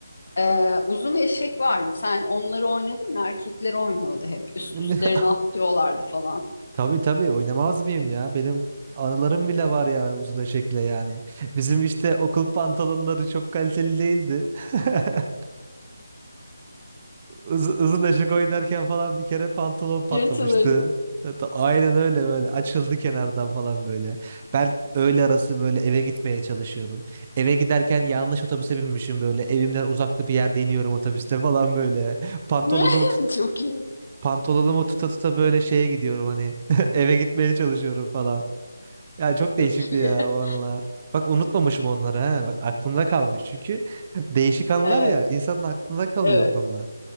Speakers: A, on the left (about 50°); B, on the right (about 20°).
A: e, uzun eşek vardı. Sen onları oynadın mı? Erkekler oynuyordu hep. Üst
B: <laughs>
A: üstlerine atlıyorlardı falan.
B: Tabii tabii oynamaz mıyım ya? Benim anılarım bile var yani uzun eşekle yani. Bizim işte okul pantolonları çok kaliteli değildi. <laughs> Iz- ızın eşek oynarken falan bir kere pantolon patlamıştı.
A: Yırtılırdı.
B: Hatta Aynen öyle böyle açıldı kenardan falan böyle. Ben öğle arası böyle eve gitmeye çalışıyorum. Eve giderken yanlış otobüse binmişim böyle. Evimden uzakta bir yerde iniyorum otobüste falan böyle. Pantolonumu
A: <laughs>
B: tut
A: Çok iyi.
B: pantolonumu tuta tuta böyle şeye gidiyorum hani. <laughs> Eve gitmeye çalışıyorum falan. Yani çok değişikti
A: Çok iyi.
B: ya o anlar. Bak unutmamışım onları ha. Bak aklımda kalmış çünkü <laughs> değişik anlar
A: Evet,
B: ya insanın aklında kalıyor
A: evet.
B: o konular.